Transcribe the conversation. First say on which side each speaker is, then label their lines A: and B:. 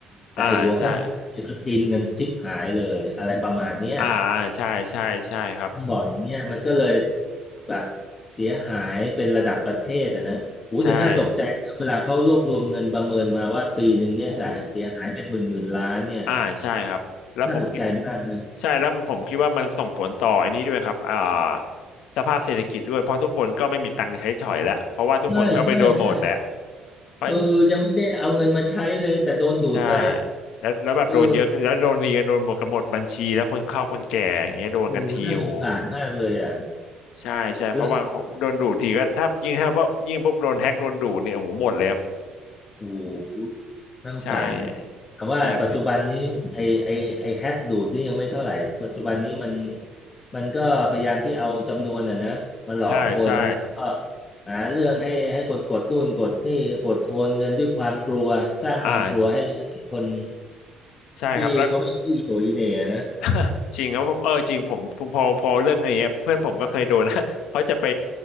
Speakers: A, on the left; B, on the left.
A: แต่ไอหัวข้างล่างเนี่ยก็กินกันชิบหายเลยอะไรประมาณเนี้ย
B: อ่าใช่อ่าอ่าใช่ใช่ใช่ครับ
A: ต้องบอกอย่างเนี้ยมันก็เลยแบบเสียหายเป็นระดับประเทศอะนะโอ้แต่น่าตกใจนะเวลาเขารวบรวมเงินประเมินมาว่าปีหนึ่งเนี่ยเสียหายเป็นหมื่นหมื่นล้านเนี่ย
B: ใช่โอ้โหอ่าใช่ครับแล้วผมคิด
A: น่าตกใจมากนะ
B: ใช่แล้วผมคิดว่ามันส่งผลต่ออันนี้ด้วยครับอ่าสภาพเศรษฐกิจด้วยเพราะทุกคนก็ไม่มีตังค์ใช้จ่อยแล้วเพราะว่าทุกคนก็ไปโดนหมดแล้ว
A: ใช่ใช่ใช่
B: เพราะ
A: เออยังไม่ได้เอาเงินมาใช้เลย แต่โดนดูดไป
B: ใช่แล้วแล้วแบบโดนเยอะแล้วโดนเรียนโดนหมดกันหมดบัญชีแล้วคนเข้าคนแก่อย่างเงี้ยโดนกันทีโอ้โห
A: เออโอ้โหน่าสงสารมากเลยอ่ะ
B: ใช่ใช่เพราะบางคนโดนดูทีก็ถ้ายิ่งถ้าพวกยิ่งพวกโดนแฮ็กโดนดูเนี่ยโอ้โหหมดเลยครับ
A: แล้วโอ้โหน่าสงสาร
B: ใช่
A: แต่ว่าปัจจุบันนี้ไอไอไอแฮกดูดนี่ยังไม่เท่าไหร่ปัจจุบันนี้มัน
B: จริง
A: มันก็พยายามที่เอาจำนวนอ่ะนะมาหลอกคนแล้วก็
B: ใช่ใช่
A: หาเรื่องให้ให้กดกดนู่นกดนี่กดโอนเงินด้วยความกลัวสร้างความกลัวให้
B: อ่า
A: คน
B: ใช่ครับแล้ว
A: ที่เขาไม่รู้อีโหนอีเหน่นะ
B: <laughs> จริงแล้วผมเออจริงผมพอพอเรื่องอะไรเงี้ยเพื่อนผมก็เคยโดนนะ <laughs> เขาจะไป